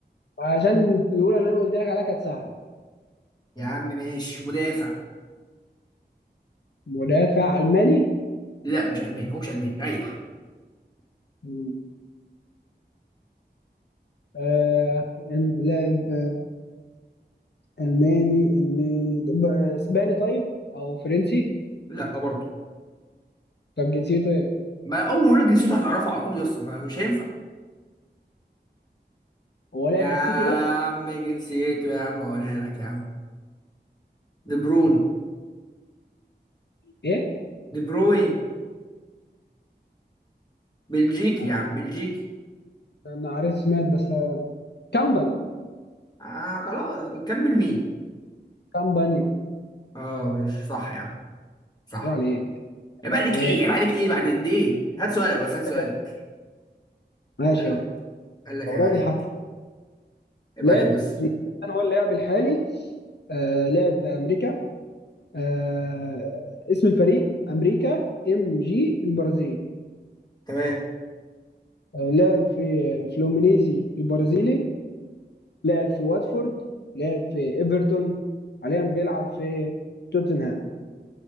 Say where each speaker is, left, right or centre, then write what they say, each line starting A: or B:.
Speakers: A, on the left; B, on the left.
A: عشان الاولى اللي انا قلت لك عليها كانت سهله
B: يا عم ماشي مدافع
A: مدافع الماني
B: لا مش الماني هو مش الماني ريح
A: مم. آه. إن- لاعب الماني إن- ب- اسباني طيب او فرنسي
B: لا برضه
A: طب جنسيته ايه
B: ما اول ما اقول لك جنسيته هتعرفه على طول يا اسطى ما- مش هينفع
A: هو لعب
B: يا
A: في السيتي بس
B: عم جنسيته يا عم اقولها لك يا عم دي برون
A: ايه
B: دي بروين بلجيكي
A: آه.
B: يا عم بلجيكي
A: انا عارف سمعت بس آه، كامباني
B: آه خلاص نكمل مين
A: كامباني
B: اه ماشي صح يا عم صح
A: طب عليك
B: عيب
A: طب
B: عليك
A: عليك
B: ايه عيب عليك ايه بعد قد ايه هات سؤالك بس هات سؤالك
A: ذكاء ماشي
B: قال
A: اهو
B: لك قال لك
A: او
B: عيب
A: راجل
B: عليك
A: حتى
B: عيب
A: لعب
B: عليك بس
A: انا هو اللاعب الحالي آه لعب في امريكا آه اسم الفريق امريكا ام جي البرازيل
B: تمام
A: آه لعب في فلومينيزي البرازيلي لعب في واتفورد لعب في ايفرتون حاليا بيلعب في توتنهام